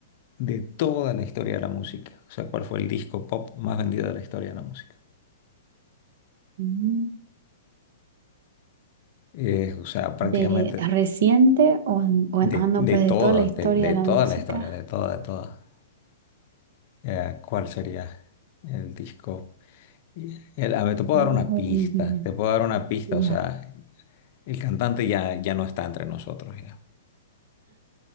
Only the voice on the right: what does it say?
Mm.
¿De reciente o, en- o en-
ah, no,
pues
de toda la historia
de la
música?
Una
vendida.
Ya.